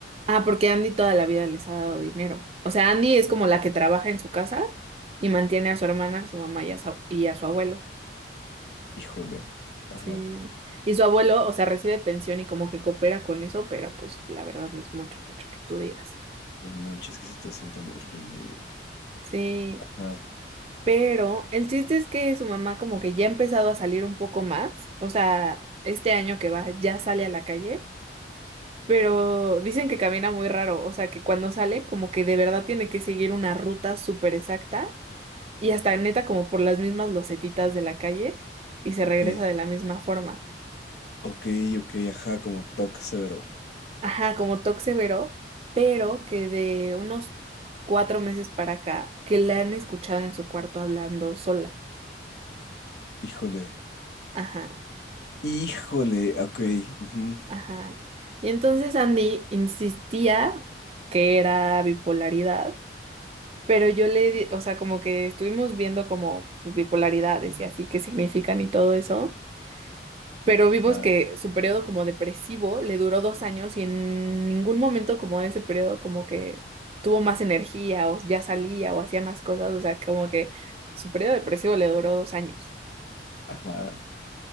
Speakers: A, on the right (about 35°); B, on the left (about 65°).
A: Ah, porque Andy toda la vida les ha dado dinero. O sea, Andy es como la que trabaja en su casa y mantiene a su hermana, a su mamá y a su, y a su abuelo.
B: Híjole. Ajá.
A: Sí. Y su abuelo, o sea, recibe pensión y como que coopera con eso, pero pues la verdad no es mucho, mucho que tú digas.
B: No manches, qué situación tan horrible, güey.
A: Sí.
B: Ajá,
A: Pero el chiste es que su mamá como que ya ha empezado a salir un poco más. O sea, este año que va ya sale a la calle, pero dicen que camina muy raro. O sea, que cuando sale como que de verdad tiene que seguir una ruta súper exacta y hasta neta como por las mismas losetitas de la calle y se
B: ok,
A: regresa de la misma forma.
B: ok, ok, ajá, como toque severo.
A: Ajá, como Toxevero, pero que de unos cuatro meses para acá, que la han escuchado en su cuarto hablando sola.
B: Híjole.
A: Ajá,
B: Híjole, ok. ujú.
A: ajá. Y entonces Andy insistía que era bipolaridad, pero yo le di, o sea, como que estuvimos viendo como pues, bipolaridades y así qué significan y todo eso. pero vimos
B: Ah,
A: que su periodo como depresivo le duró dos años y en ningún momento como de ese periodo como que tuvo más energía o ya salía o hacía más cosas, o sea, como que su periodo depresivo le duró dos años.
B: ajá.